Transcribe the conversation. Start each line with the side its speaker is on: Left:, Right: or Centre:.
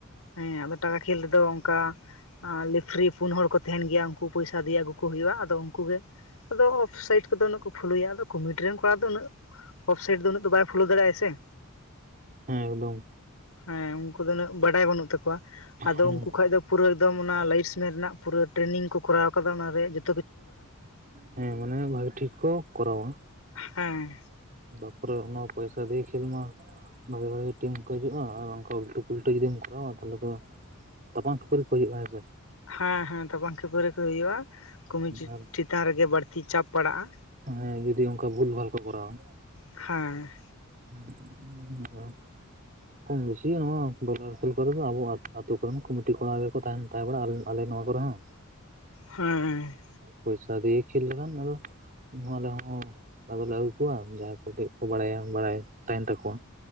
Left: ᱦᱮᱸ ᱟᱫᱚ ᱴᱟᱠᱟ ᱠᱷᱮᱞ ᱨᱮᱫᱚ ᱚᱝᱠᱟ᱾ ᱞᱤᱯᱷᱨᱤ ᱯᱩᱱ ᱦᱚᱲ ᱠᱚ ᱛᱟᱦᱮᱱ ᱜᱮᱭᱟ᱾ ᱩᱱᱠᱩ ᱯᱚᱭᱥᱟ ᱫᱤᱭᱮ ᱟᱜᱩ ᱠᱚ ᱦᱳᱭᱳᱜᱼᱟ᱾ ᱟᱫᱚ ᱩᱱᱠᱩ ᱜᱮ ᱟᱫᱚ ᱚᱯᱷ ᱥᱟᱭᱤᱴ ᱠᱚᱫᱚ ᱩᱱᱟᱹᱜ ᱠᱚ, ᱯᱷᱞᱳᱭᱟ ᱟᱫᱚ ᱠᱚᱢᱤᱴᱤ ᱨᱮᱱ ᱠᱚᱲᱟ ᱫᱚ ᱩᱱᱟᱹᱜ ᱚᱯᱷᱥᱟᱭᱤᱰ ᱫᱚ ᱩᱱᱟᱹᱜ ᱫᱚ, ᱵᱟᱭ ᱯᱷᱳᱞᱳ ᱫᱮᱭᱟᱜᱼᱟᱭ ᱥᱮ᱾
Right: ᱦᱮᱸ, ᱮᱠᱫᱚᱢ᱾
Left: ᱦᱮᱸ ᱩᱱᱠᱩ ᱫᱚ ᱩᱱᱟᱹᱜ ᱵᱟᱰᱟᱭ ᱵᱟᱹᱱᱩᱜ ᱛᱟᱠᱚᱣᱟ, ᱟᱫᱚ
Right: ᱦᱮᱸ
Left: ᱩᱱᱠᱩ ᱠᱷᱚᱡ ᱫᱚ᱾ ᱯᱩᱨᱟᱹ ᱮᱠᱫᱚᱢ ᱚᱱᱟ ᱞᱟᱭᱤᱥ ᱢᱮᱱ, ᱨᱮᱱᱟᱜ ᱯᱩᱨᱟᱹ ᱴᱨᱮᱱᱤᱝ ᱠᱚ ᱠᱚᱨᱟᱣ ᱠᱟᱫᱟ ᱚᱱᱟ ᱨᱮᱭᱟᱜ ᱡᱚ
Right: ᱦᱮᱸ ᱢᱟᱱᱮ ᱵᱷᱟᱜᱤ ᱴᱷᱤᱠ ᱠᱚ ᱠᱚᱨᱟᱣᱟ᱾
Left: ᱦᱮᱸ
Right: ᱛᱟ ᱯᱚᱨᱮ ᱚᱱᱟ ᱯᱚᱭᱥᱟ ᱫᱤᱭᱮ ᱠᱷᱮᱞ ᱢᱟ᱾ ᱵᱷᱟᱜᱤ ᱵᱷᱟᱜᱤ ᱴᱤᱢ ᱠᱚ ᱦᱤᱡᱩᱜᱼᱟ, ᱟᱨ ᱚᱱᱠᱟ ᱩᱞᱴᱟᱹ ᱯᱩᱞᱴᱟᱹ ᱡᱩᱚᱫᱤᱢ ᱠᱚᱨᱟᱣᱟ ᱛᱟᱦᱚᱞᱮ ᱫᱚ᱾ ᱛᱟᱯᱟᱝ ᱠᱷᱟᱹᱯᱟᱹᱨᱤ ᱠᱚ ᱦᱳᱭᱳᱜᱼᱟ ᱦᱮᱸᱥᱮ᱾
Left: ᱦᱮᱸ ᱦᱮᱸ, ᱛᱟᱯᱟᱝᱠᱷᱟᱹᱯᱟᱹᱨᱤ ᱠᱚ ᱦᱳᱭᱳᱜᱼᱟ, ᱠᱚᱢᱤᱴᱤ
Right: ᱟᱨ
Left: ᱪᱮᱛᱟᱱ ᱨᱮᱜᱮ ᱵᱟᱹᱲᱛᱤ ᱪᱟᱯ ᱯᱟᱲᱟᱜᱼᱟ᱾
Right: ᱦᱮᱸ ᱡᱩᱫᱤ ᱚᱝᱠᱟ, ᱵᱷᱩᱞᱵᱷᱟᱞ ᱠᱚ ᱠᱚᱨᱟᱣᱟ᱾
Left: ᱦᱮᱸ,
Right: <unintelligible> <unintelligible> ᱠᱚᱢ ᱵᱮᱥᱤ ᱱᱚᱣᱟ ᱵᱚᱭᱞᱟᱨ ᱠᱷᱮᱞ ᱠᱚᱨᱮ ᱫᱚ, ᱟᱵᱚᱛ ᱠᱚᱨᱮᱱ ᱠᱚᱢᱤᱴᱤ ᱠᱚᱲᱟ ᱜᱮᱠᱚ ᱛᱟᱦᱮᱱᱱᱟ᱾ ᱛᱟᱦᱮ ᱵᱟᱲᱟᱜᱼᱟ, ᱟᱞᱮ ᱱᱚᱣᱟ ᱠᱚᱨᱮ ᱦᱚ᱾
Left: ᱦᱮᱸ,
Right: ᱯᱚᱭᱥᱟ ᱫᱤᱭᱮ ᱠᱷᱮᱞ ᱠᱷᱟᱱ ᱟᱱᱟ ᱫᱚ ᱩᱱ ᱟᱞᱮᱦᱚ ᱟᱫᱚᱞᱮ ᱟᱹᱜᱩ ᱠᱚᱣᱟ, ᱡᱟᱦᱟᱸᱭ ᱠᱚ ᱵᱟᱲᱟᱭᱟ, ᱵᱟᱲᱟᱭ ᱛᱟᱦᱮᱱ ᱛᱟᱠᱚᱣᱟ᱾